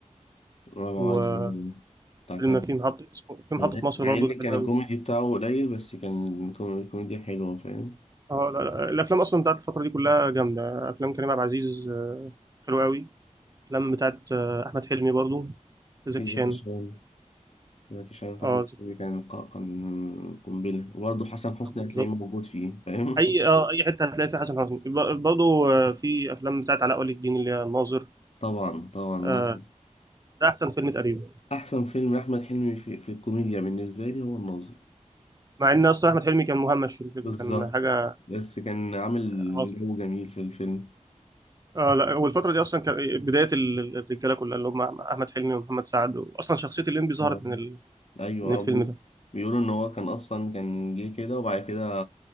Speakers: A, on the left; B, on the right.
A: برافو
B: وفيلم
A: علي بتاع كريم
B: في
A: عبد
B: محطه اسمه في محطه
A: العزيز.
B: مصر
A: مع
B: برضو
A: إن
B: ده حلو
A: كان
B: قوي
A: الكوميدي بتاعه قليل بس كان الكوم- الكوميديا حلوة فاهم
B: اه لا لا الافلام اصلا بتاعت الفتره دي كلها جامده افلام كريم عبد العزيز آه، حلوه قوي افلام بتاعت آه، احمد حلمي برضو زكي
A: في
B: شان
A: زكي شان زكي شان في
B: اه
A: أحمد
B: زكي
A: حلمي كان ق- كان قنبلة وبرضه حسن حسني
B: شان بالظبط
A: هتلاقيه موجود فيه فاهم
B: اي
A: <laughs>
B: اه اي حته هتلاقي فيها حسن حسني ب- برضو آه، في افلام بتاعت علاء ولي الدين اللي هي الناظر
A: طبعا طبعا ناظر
B: آه، ده احسن فيلم تقريبا
A: أحسن فيلم أحمد حلمي في, في الكوميديا بالنسبة لي هو الناظر
B: مع ان اصلا احمد حلمي كان مهمش في الفيلم
A: بالظبط
B: كان حاجه
A: بس كان عامل
B: آه،
A: جو جميل في الفيلم
B: اه لا والفترة دي اصلا كان إيه، بداية ال- ال- الرجالة كلها اللي هم احمد حلمي ومحمد سعد اصلا شخصية الليمبي ظهرت
A: اه
B: من ال...
A: ايوه
B: من الفيلم
A: آه، بيقو-
B: ده
A: بيقولوا ان هو كان اصلا كان جه كده وبعد كده